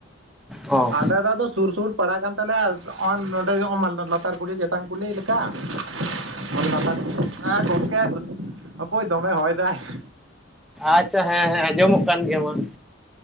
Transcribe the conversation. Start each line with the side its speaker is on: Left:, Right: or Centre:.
Centre: ᱚ
Right: ᱟᱞᱮ ᱫᱚ ᱟᱫᱚ ᱥᱩᱨ ᱥᱩᱨ ᱯᱟᱲᱟ ᱠᱟᱱ ᱛᱟᱞᱮᱭᱟ ᱱᱚ ᱱᱚᱸᱰᱮ ᱢᱟ ᱞᱟᱛᱟᱨ ᱠᱩᱞᱤ ᱪᱮᱛᱟᱱ ᱠᱩᱞᱦᱤ᱾ ᱛᱟᱝ ᱠᱩᱞᱦᱤ ᱞᱮᱠᱟ ᱚᱞ ᱞᱟᱛᱟᱨ ᱦᱮᱸ ᱜᱚᱢᱠᱮ ᱦᱟᱯᱚᱭ ᱫᱚᱢᱮ ᱦᱚᱭ ᱫᱟᱭ ᱾
Centre: ᱟᱪᱪᱷᱟ ᱦᱮᱸ ᱦᱮᱸ ᱟᱸᱡᱚᱢᱚᱜ ᱠᱟᱱ ᱜᱮᱭᱟ ᱢᱟ ᱾